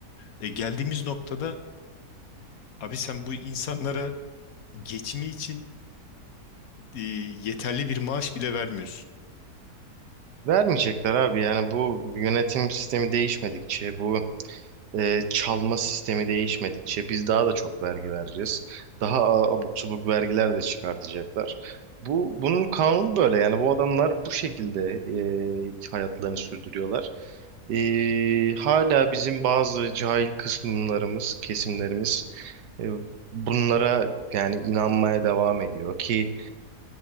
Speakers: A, on the left (about 65°); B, on the right (about 85°).
A: E, geldiğimiz noktada abi sen bu insanlara geçimi için e, yeterli bir maaş bile vermiyorsun.
B: Vermeyecekler abi yani bu yönetim sistemi değişmedikçe bu e, çalma sistemi değişmedikçe biz daha da çok vergi vereceğiz. Daha a- abuk subuk vergiler de çıkartacaklar. Bu bunun kanunu böyle yani bu adamlar bu şekilde e, hayatlarını sürdürüyorlar. E, hala bizim bazı cahil kısımlarımız, kesimlerimiz e, bunlara yani inanmaya devam ediyor ki